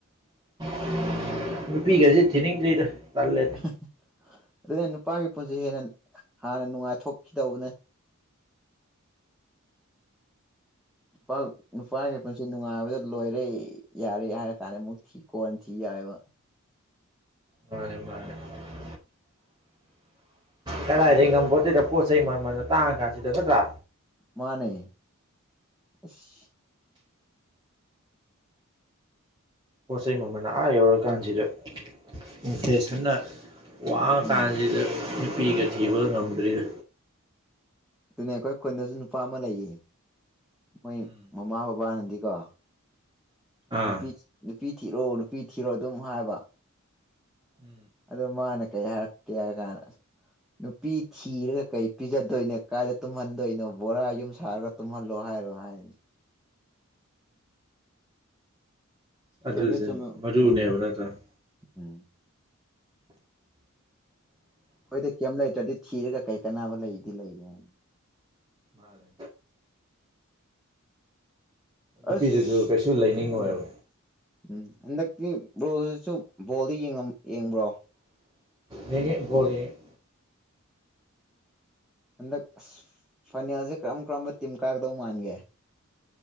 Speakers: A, on the right (about 20°); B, in the centre.
A: <unintelligible> ꯅꯨꯄꯤꯒꯁꯦ ꯊꯤꯅꯤꯡꯗ꯭ꯔꯤꯗ ꯇꯜꯂꯦꯗ꯫
B: <unintelligible> ꯑꯗꯨꯅꯦ ꯅꯨꯄꯥꯒꯤ ꯄꯨꯟꯁꯤ ꯍꯦꯟꯅ ꯍꯥꯟꯅ ꯅꯨꯡꯉꯥꯏꯊꯣꯛꯈꯤꯗꯧꯕꯅꯦ꯫ ꯅꯨꯄꯥ ꯅꯨꯄꯥꯒꯤ ꯄꯨꯟꯁꯤ ꯅꯨꯡꯉꯥꯏꯕꯗ ꯂꯣꯏꯔꯦ ꯌꯥꯔꯦ ꯍꯥꯏꯔ ꯀꯥꯟꯗ ꯑꯃꯨꯛ ꯊꯤ ꯀꯣꯟꯅ ꯊꯤ ꯌꯥꯑꯦꯕ꯫
A: ꯃꯥꯅꯦ-ꯃꯥꯅꯦ <unintelligible> ꯀꯗꯥꯏꯗꯒꯤ ꯉꯝꯕꯣꯠꯇꯦꯗ ꯄꯣꯠꯆꯩ ꯃꯝꯃꯟꯅ ꯇꯥꯡꯉ ꯀꯥꯟꯁꯤꯗ ꯅꯠꯇ꯭ꯔꯥ꯫
B: ꯃꯥꯅꯦ ꯑꯁ꯫
A: ꯄꯣꯠ ꯆꯩꯩ ꯃꯃꯟꯅ ꯑꯥ ꯌꯧꯔꯀꯥꯟꯁꯤꯗ ꯏꯟꯐꯦꯁꯟꯅ ꯋꯥ
B: ꯎꯝ
A: ꯀꯥꯟꯁꯤꯗ ꯅꯨꯄꯤꯒ ꯊꯤꯕ ꯉꯝꯗ꯭ꯔꯤꯗ꯫
B: ꯑꯗꯨꯅꯦ ꯑꯩꯈꯣꯏ ꯈꯨꯟꯗꯖꯨ ꯅꯨꯄꯥ ꯑꯃ ꯂꯩꯌꯦ ꯃꯣꯏ
A: ꯎꯝ
B: ꯃꯃꯥꯕ__ ꯕꯥꯅꯗꯤꯀꯣ
A: ꯑꯥ
B: ꯅꯨꯄꯤ ꯅꯨꯄꯤ ꯊꯤꯔꯣ ꯅꯨꯄꯤ ꯊꯤꯔꯣ ꯑꯗꯨꯝ ꯍꯥꯏꯕ
A: ꯎꯝ
B: ꯑꯗꯨ ꯃꯥꯅ ꯀꯩ ꯍꯥꯏꯔꯛꯀꯦ ꯍꯥꯏ ꯀꯥꯟꯅ ꯅꯨꯄꯤ ꯊꯤꯔꯒ ꯀꯩ ꯄꯤꯖꯗꯣꯏꯅ ꯀꯥꯏꯗ ꯇꯨꯝꯍꯟꯗꯣꯏꯅꯣ ꯕꯣꯔꯥ ꯌꯨꯝ ꯁꯥꯔꯒ__ ꯇꯨꯝꯍꯜꯂꯣ ꯍꯥꯏꯔꯣ ꯍꯥꯏ
A: ꯑꯗꯨꯖꯨꯅꯦ
B: ꯆꯨꯝꯃꯦ ꯆꯨꯝꯃꯦ
A: ꯃꯔꯨꯅꯦꯕ
B: ꯎꯝ
A: ꯅꯠꯇꯔꯥ
B: ꯎꯝ ꯑꯩꯈꯣꯏꯗ ꯀꯩꯝ ꯂꯩꯇ꯭ꯔꯗꯤ ꯊꯤꯔꯒ ꯀꯩ ꯀꯅꯥꯕ ꯂꯩꯗꯤ ꯂꯩꯒꯦ
A: ꯃꯥꯅꯦ ꯅꯨꯄꯤꯗꯨꯁꯨ
B: ꯑꯁ
A: ꯀꯩꯁꯨ ꯂꯩꯅꯤꯡꯉꯣꯏꯕ
B: ꯎꯝ ꯎꯝ ꯍꯟꯗꯛꯇꯤ ꯕ꯭ꯔꯣꯁꯤꯁꯨ ꯕꯣꯜꯗꯤ ꯌꯦꯡꯉꯝ ꯌꯦꯡꯕ꯭ꯔꯣ
A: ꯌꯦꯡꯉꯦ ꯕꯣꯜ ꯌꯦꯡꯉꯦ
B: ꯍꯟꯗꯛ ꯑꯁ ꯐꯥꯏꯅꯦꯜꯖꯦ ꯀꯔꯝ ꯀꯔꯝꯕ ꯇꯤꯝ ꯀꯥꯒꯗꯧ ꯃꯥꯟꯒꯦ